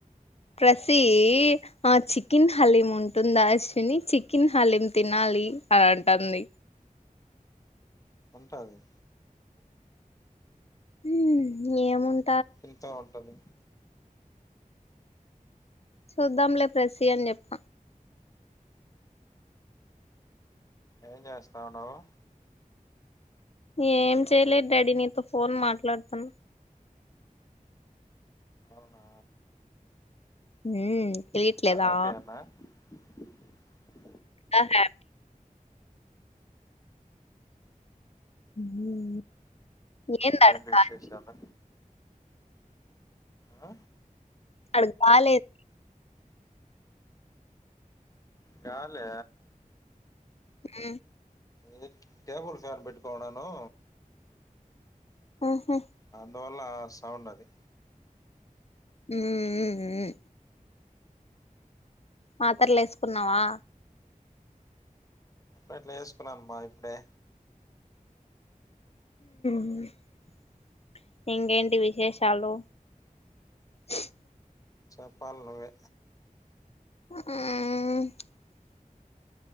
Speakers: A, on the left; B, on the left.
A: ప్రసీ ఆ చికెన్ హలీం ఉంటుందా అశ్విని చికెన్ హలీం తినాలి అనంటన్ది.
B: ఉంటాది
A: మ్మ్ యేమున్
B: తింతా ఉంటది.
A: చూద్దాంలె ప్రసీ అని చెప్ప.
B: ఏం చేస్తా ఉండావు.
A: ఏం చేయలేద్ డాడీ నీతో ఫోన్ మాట్లాడుతున్న.
B: అవునా
A: హ్మ్మ్ తెలియట్లేదా
B: అంత హ్యాపీయేనా <inaudible>
A: అంతా <inaudible> ఏంది ఆడ
B: ఏంటి
A: గాలి
B: విశేషాలు అ
A: అడుకి బాలేదు
B: గాల
A: హ
B: ఏ టేబుల్ ఫ్యాన్ పెట్టుకోన్నాను
A: ఆహా
B: అందువల్ల సౌండ్ అది
A: హూ ఊ ఊ మాత్రర్లేసు కున్నావా
B: ఇట్లా చేేసుకున్నానుమ్మా ఇప్పుడే
A: <inaudible> ఇంగేంటి విశేషాలు <unintelligible>
B: చెప్పాలి నువ్వే
A: ఆ